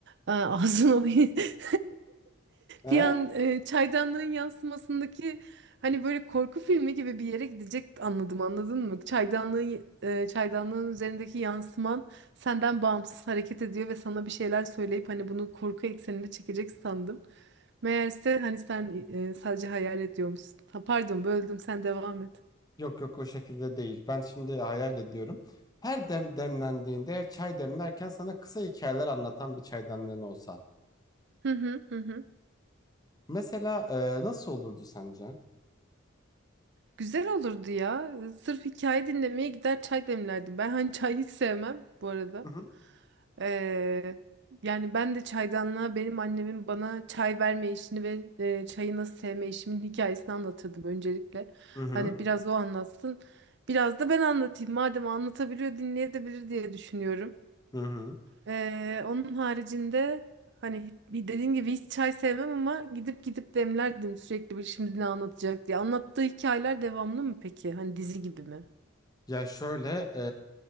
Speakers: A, on the right (about 60°); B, on the left (about 20°).
A: Aa, ağzına bir <laughs>
B: He?
A: bir an e, çaydanlığın yansımasındaki hani böyle korku filmi gibi bir yere gidecek anladım anladın mı? Çaydanlığın e, çaydanlığın üzerindeki yansıman senden bağımsız hareket ediyor ve sana bir şeyler söyleyip hani bunu korku eksenine çekecek sandım. Meğerse hani sen e, sadece hayal ediyormuşsun. Ha, pardon böldüm sen devam et.
B: Yok yok o şekilde değil. Ben şimdi hayal ediyorum. Her dem demlendiğinde çay demlerken sana kısa hikayeler anlatan bir çaydanlığın olsa.
A: Hı hı hı. hı.
B: Mesela e, nasıl olurdu sence?
A: Güzel olurdu ya. Sırf hikaye dinlemeye gider çay demlerdim. Ben hani çay hiç sevmem bu arada.
B: Hı hı.
A: Ee, yani ben de çaydanlığa benim annemin bana çay verme işini ve e, çayı nasıl sevme işimin hikayesini anlatırdım öncelikle.
B: Hı hı.
A: Hani biraz o anlatsın. Biraz da ben anlatayım. Madem anlatabiliyor dinleyebilir diye düşünüyorum.
B: Hı hı.
A: Ee, onun haricinde hani bir dediğim gibi hiç çay sevmem ama gidip gidip demlerdim sürekli bir şimdi ne anlatacak diye. Anlattığı hikayeler devamlı mı peki? Hani dizi gibi mi?
B: Ya şöyle e,